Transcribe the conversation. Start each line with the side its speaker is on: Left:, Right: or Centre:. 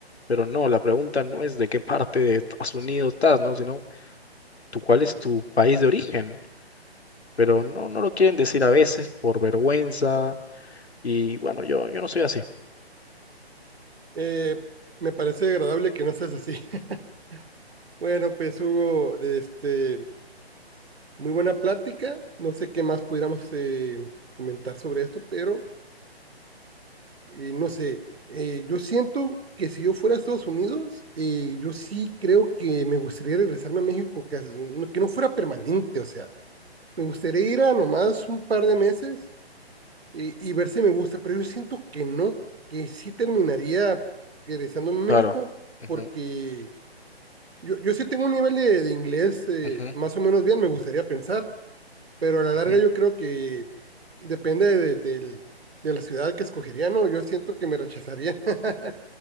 Left: Pero no, la pregunta no es de qué parte de Estados Unidos estás, ¿no? Sino, tú, ¿cuál es tu país de origen? Pero no, no lo quieren decir a veces por vergüenza. Y bueno, yo, yo no soy así.
Right: Eh, me parece agradable que no seas así. <laughs> Bueno, pues Hugo, este, muy buena plática. No sé qué más pudiéramos eh, comentar sobre esto, pero eh, no sé. eh, yo siento que si yo fuera a Estados Unidos, eh, yo sí creo que me gustaría regresarme a México, que, as- no- que no fuera permanente, o sea, me gustaría ir a nomás un par de meses eh, y ver si me gusta, pero yo siento que no, que sí terminaría regresando a México
Left: Claro. Ujú,
Right: porque Yo, yo sí tengo un nivel de, de inglés eh,
Left: ujú,
Right: más o menos bien, me gustaría pensar, pero a la larga
Left: ujú.
Right: yo creo que depende de, del- de la ciudad que escogería, ¿no? Yo siento que me rechazaría. <laughs>